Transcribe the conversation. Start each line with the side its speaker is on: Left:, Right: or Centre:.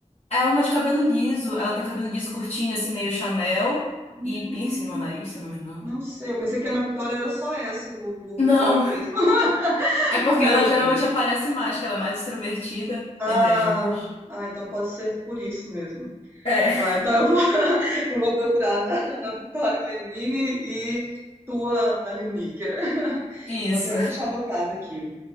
Left: É uma de cabelo liso. Ela tem cabelo liso curtinho, assim, meio Chanel.
Right: Hum,
Left: E piercing no nariz, se eu não me engano.
Right: não sei. Eu pensei que a Ana Vitória era só essa do, do
Left: Não,
Right: cabelo crespo. <laughs>
Left: é porque
Right: Meu
Left: ela geralmente
Right: Deus.
Left: aparece mais, que ela é mais extrovertida
Right: Ah,
Left: entre as duas.
Right: ah, então pode ser por isso mesmo.
Left: É,
Right: Tá, então eu vou, <laughs> eu vou procurar na, na Vitória Lenine e tua da Liniker. <laughs>
Left: isso.
Right: Vou até deixar anotado aqui.